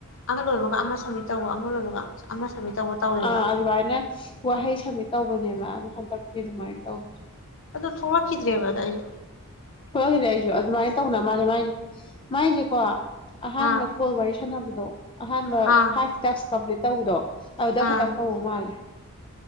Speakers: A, on the left; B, on the left.
A: ꯑꯃ ꯂꯣꯏꯕꯒ ꯑꯃ ꯁꯝꯃꯤꯠ ꯇꯧꯕ ꯑꯃ ꯂꯣꯏꯕꯒ ꯑꯃ ꯁꯝꯃꯤꯠ ꯇꯧꯕ ꯇꯧꯋꯦꯕ
B: ꯑꯥ ꯑꯗꯨꯃꯥꯏꯅ ꯋꯥꯍꯩ ꯁꯝꯃꯤꯠ ꯇꯧꯕꯅꯦꯕ ꯑꯗ ꯍꯟꯗꯛꯇꯤ ꯑꯗꯨꯃꯥꯏꯅ ꯇꯧ
A: ꯑꯗꯣ ꯊꯣꯔꯛꯈꯤꯗ꯭ꯔꯦꯕ ꯑꯗ ꯑꯩꯁꯨ
B: ꯊꯣꯂꯛꯈꯤꯗ꯭ꯔꯦ ꯑꯩꯖꯨ ꯑꯗꯨꯃꯥꯥꯏꯅ ꯇꯧꯅ ꯃꯥꯂꯦ ꯃꯥꯏ ꯃꯥꯥꯏꯖꯦ ꯀꯣ ꯑꯍꯥꯟꯕ
A: ꯑꯥ
B: ꯀꯣꯜ ꯋꯥꯔꯤ ꯁꯥꯟꯅꯕ ꯑꯍꯥꯟꯕ
A: ꯑꯥ
B: ꯐꯥꯏꯞ ꯇꯛꯁ ꯀꯝꯄ꯭ꯂꯤꯠ ꯇꯧꯕꯗꯣ ꯑꯗꯨꯗ
A: ꯑꯥ
B: ꯈꯛꯇꯪ ꯇꯧꯕꯃꯥꯜꯂꯦ